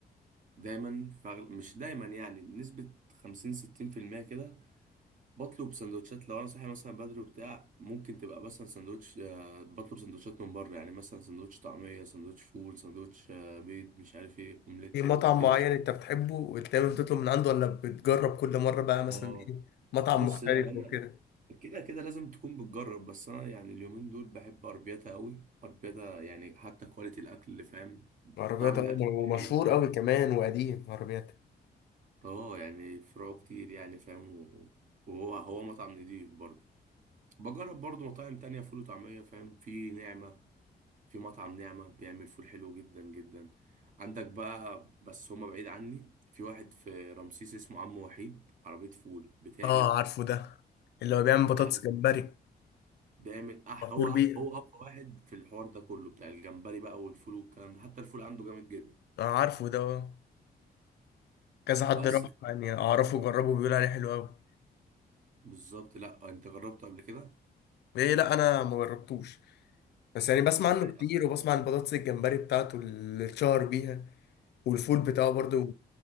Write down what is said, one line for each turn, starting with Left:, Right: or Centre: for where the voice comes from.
Right: دايما فغل... مش دايما يعني بنسبه 50 60% كده بطلب سندوتشات لو انا صاحي مثلا بدري وبتاع ممكن تبقى مثلا سندوتش آه، بطلب سندوتشات من بره يعني مثلا سندوتش طعميه سندوتش فول سندوتش آه، بيض مش عارف ايه اومليت
Left: في مطعم
Right: كده
Left: معين انت بتحبه ودايما بتطلب من عنده ولا بتجرب كل مره بقى مثلا
Right: اه
Left: ايه مطعم
Right: بص
Left: مختلف
Right: لا وانا
Left: وكده
Right: كده كده لازم تكون بتجرب بس انا يعني اليومين دول بحب اربيتا قوي اربيتا يعني حتى كواليتي الاكل اللي فاهم
Left: عربيات
Right: طعم
Left: أيوة،
Right: الاكل
Left: ومشهور
Right: حلو فاهم
Left: قوي كمان وقديم عربيات
Right: اه يعني فروعه كتير يعني فاهم و- وهو هو مطعم نضيف برضه بجرب برضه مطاعم تانية فول وطعمية فاهم في نعمة في مطعم نعمة بيعمل فول حلو جدا جدا عندك بقى بس هما بعيد عني في واحد في رمسيس اسمه عم وحيد عربية فول بتعمل
Left: اه عارفه ده اللي هو بيعمل بطاطس
Right: أحلى <laughs> فول.
Left: جمبري
Right: بيعمل أح...
Left: مشهور
Right: هو أح...
Left: بيه
Right: هو أقوى واحد في الحوار ده كله بتاع الجمبري بقى والفول والكلام ده حتى الفول عنده جامد جدا
Left: اه عارفه ده آه. كذا حد
Right: بس
Left: راح
Right: ف-
Left: يعني اعرفه وجربه بيقول عليه حلو قوي
Right: بالظبط لا أنت جربته قبل كده؟
Left: ايه لا انا ما جربتوش بس يعني بسمع
Right: إزاي
Left: عنه
Right: يا
Left: كتير
Right: عم؟
Left: وبسمع عن البطاطس الجمبري بتاعته اللي اتشهر بيها والفول بتاعه برضه